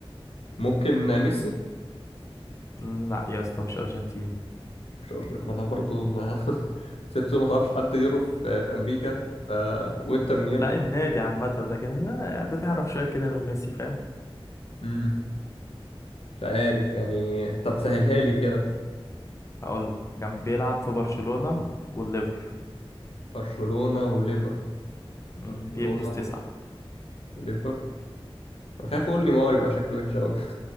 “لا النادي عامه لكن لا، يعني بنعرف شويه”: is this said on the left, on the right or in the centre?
Left